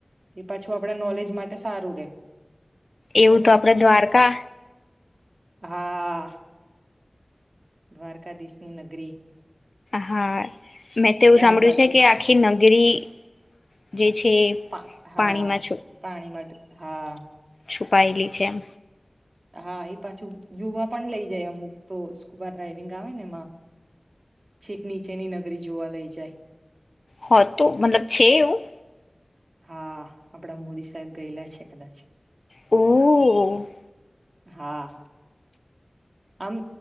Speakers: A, on the right (about 60°); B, on the left (about 75°).
A: એ પાછું આપડા નોલેજ માટે સારું રે.
B: એવું
A: અને મે
B: તો આપડે
A: સ્ટુડન્ટ
B: દ્વારકા
A: હા. દ્વારકાધીશની નગરી.
B: હા મેં તો એવું
A: ત્યાંય
B: સાંભળ્યું
A: પાછું
B: છે કે આખી નગરી જે છે
A: પા હા
B: પાણીમાં છ
A: પાણી માટે હા
B: છુપાયેલી છે એમ.
A: હા એ પાછું યુવા પણ લઈ જાય અમુક તો સ્કુબા ડ્રાઈવિંગ આવે ને એમાં. છીક નીચેની નગરી જોવા લઈ જાય.
B: હોતું મતલબ છે એવું
A: હા આપડા મોદી સાહેબ ગયેલા છે કદાચ.
B: હમ <unintelligible>
A: હા. આમ